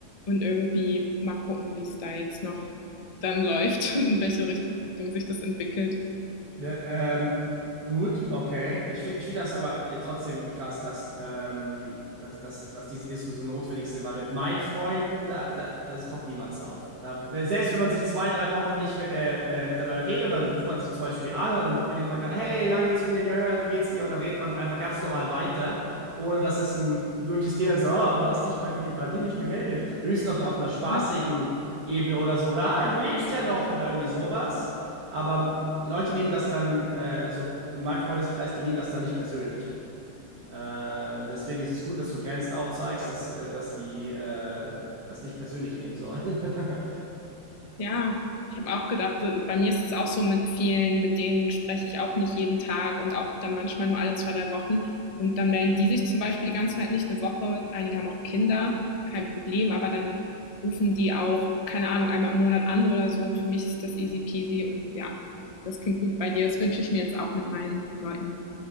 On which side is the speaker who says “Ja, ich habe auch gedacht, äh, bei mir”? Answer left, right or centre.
Left